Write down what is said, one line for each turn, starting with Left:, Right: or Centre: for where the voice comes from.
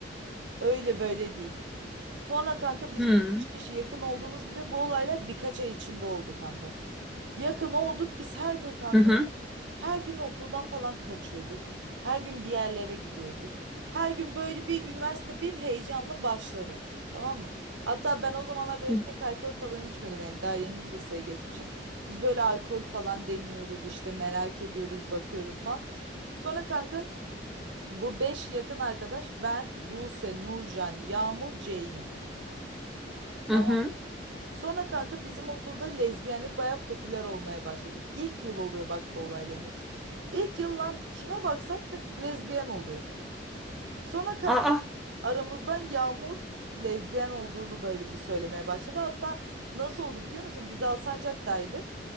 Right: Öyle böyle değil. Sonra kanka biz
Centre: Hmm.
Right: bu 5 kişi yakın olduğumuz gibi bu olaylar birkaç ay içinde oldu kanka. Yakın olduk biz her gün kanka.
Centre: Hı hı.
Right: Her gün okuldan falan kaçıyorduk. Her gün bir yerlere gidiyorduk. Her gün böyle bir üniversite bir heyecanla başladı. Tamam mı? Hatta ben o zamanlar böyle
Centre: Hı hı.
Right: pek alkol falan içmiyordum. Yani daha yeni liseye geçmişiz. Biz böyle alkol falan deniyoruz işte merak ediyoruz bakıyoruz falan. Sonra kanka bu beş yakın arkadaş ben, Buse, Nurcan, Yağmur, Ceylin. Tamam.
Centre: Hı hı.
Right: Sonra kanka bizim okulda lezbiyenlik bayağı popüler olmaya başladı. İlk yıl oluyor bak bu olayların hepsi. İlk yıl lan kime baksak lezbiyen oluyor. Sonra kanka
Centre: Aa.
Right: aramızdan Yağmur lezbiyen olduğunu böyle bir söylemeye başladı. Hatta nasıl oldu biliyor musun? Biz Alsancak'taydık.